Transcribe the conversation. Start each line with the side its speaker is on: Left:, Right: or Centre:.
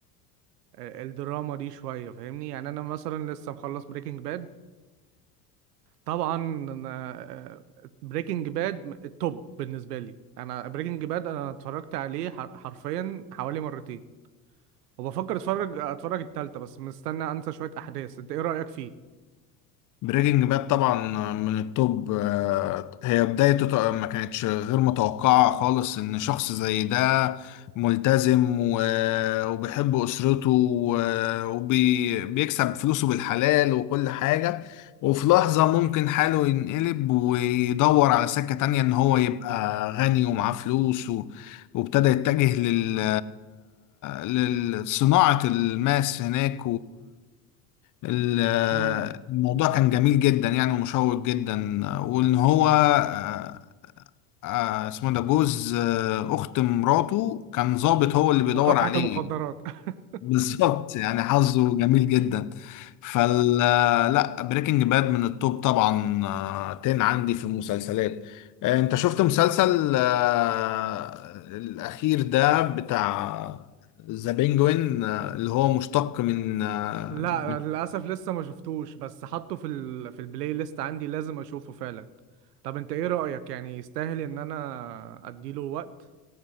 Right: آه، الدراما دي شويه فاهمني يعني انا مثلا لسه مخلص بريكنج باد طبعا انا بريكنج باد التوب بالنسبه لي انا بريكنج باد انا اتفرجت عليه حر- حرفيا حوالي مرتين وبفكر اتفرج اتفرج التالتة بس مستني انسى شويه احداث انت ايه رايك فيه
Left: بريكنج باد طبعا من التوب آه، هي بدايته ط- ما كانتش غير متوقعة خالص ان شخص زي ده ملتزم و- وبيحب اسرته وبيكسب فلوسه بالحلال وكل حاجة وفي لحظة ممكن حاله ينقلب ويدور على سكة تانية ان هو يبقى غني ومعاه فلوس و- وابتدى يتجه لل لصناعة الماس هناك ال-
Right: امم
Left: الموضوع كان جميل جدا يعني ومشوق جدا وان هو آه، آه، اسمه ده جوز آه، اخت مراته كان ظابط هو اللي
Right: مكافحه
Left: بيدور عليه
Right: المخدرات <laughs>
Left: بالظبط يعني حظه جميل جدا فال لا بريكنج باد من التوب طبعا آه، تن عندي في المسلسلات آه، انت شفت مسلسل آه، الاخير ده بتاع ذا بينجوين آه، اللي هو مشتق من آه،
Right: لا
Left: من
Right: للاسف لسه ما شفتوش بس حاطه في ال... في البلاي ليست عندي لازم اشوفه فعلا طب انت ايه رايك يعني يستاهل ان انا اديله وقت